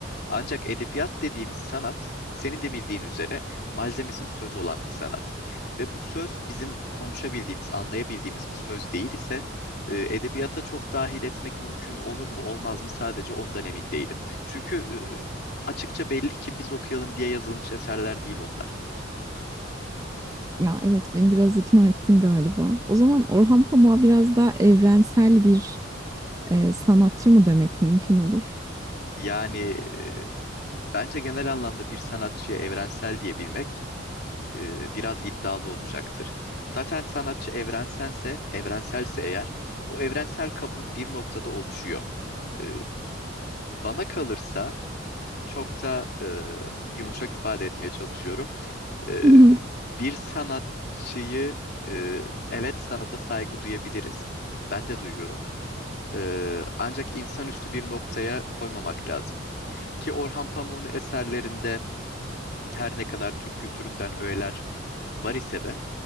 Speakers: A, on the left (about 55°); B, on the right (about 15°).
A: Ancak edebiyat dediğimiz sanat, senin de bildiğin üzere malzemesi söz olan bir sanat. Ve bu söz bizim konuşabildiğimiz, anlayabildiğimiz bir söz değil ise e, edebiyata çok dahil etmek mümkün olur mu, olmaz mı sadece ondan emin değilim. Çünkü e, açıkça belli ki biz okuyalım diye yazılmış eserler değil onlar.
B: Ya evet beni biraz ikna ettin galiba. O zaman Orhan Pamuk'a biraz daha evrensel bir e, sanatçı mı demek mümkün olur?
A: Yani e, Bence genel anlamda bir sanatçıya evrensel diyebilmek e, biraz iddialı olacaktır. Zaten sanatçı evrensense, evrenselse eğer, o evrensel kabul bir noktada oluşuyor. E, bana kalırsa çok da e, yumuşak ifade etmeye çalışıyorum. E,
B: <laughs>
A: bir sanatçıyı e, evet sanata saygı duyabiliriz. Ben de duyuyorum. E, ancak insanüstü bir noktaya koymamak lazım. Ki Orhan Pamuk'un eserlerinde Her ne kadar Türk kültüründen öğeler var ise de